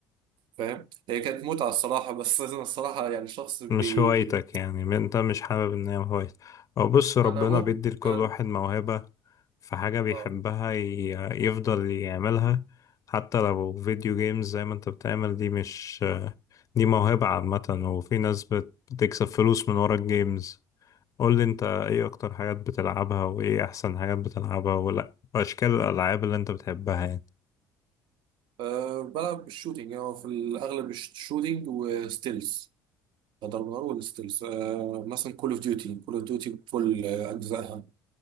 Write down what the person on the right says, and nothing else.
فاهم هي كانت متعه الصراحه بس <laughs> انا الصراحه يعني شخص بي
انا ممكن
أنا...
اه
آه، بلعب بالشوتينج يعني هو في الاغلب الشوتينج وستيلز ضرب نار والستيلز آه مثلا كول اوف ديوتي كول اوف ديوتي بكل اجزائها